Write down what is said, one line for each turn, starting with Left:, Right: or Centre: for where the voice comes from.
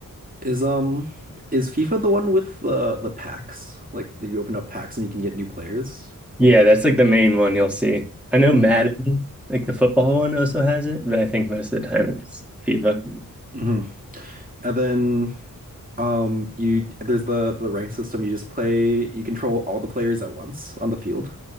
Right: Is um is FIFA the one with the the packs? Like that you open up packs and you can get new players?
Centre: Yeah, that's like the main one you'll see. I know
Right: hmm
Centre: Madden, like the football one also has it, but I think most of the time it's FIFA.
Right: hmm And then um you there's the the rank system. You just play you control all the players at once on the field.